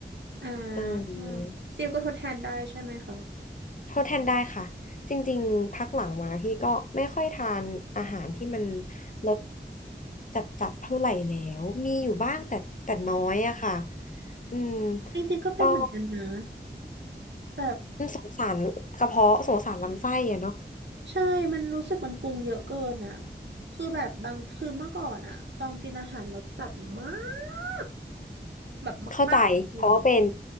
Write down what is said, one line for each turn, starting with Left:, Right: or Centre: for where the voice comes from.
Right: อ่า
Left: เออ
Right: ซิลก็ทดแทนได้ใช่ไหมคะ
Left: โทษแทนได้ค่ะจริงๆพักหลังมาพี่ก็ไม่ค่อยทานอาหารที่มันรสจัดๆเท่าไหร่แล้วมีอยู่บ้างแต่แต่น้อยอะค่ะอืม
Right: จริงๆก็เป็นเหมือนกันนะ
Left: ก็
Right: แบบ
Left: อืมสงสารกระเพาะสงสารลำไส้อะเนาะ
Right: ใช่ มันรู้สึกมันปรุงเยอะเกินนะคือแบบบางคือเมื่อก่อนอะต้องกินอาหารรสจัดมาก แบบมากๆจริง
Left: เข้าใจเพราะว่าเป็น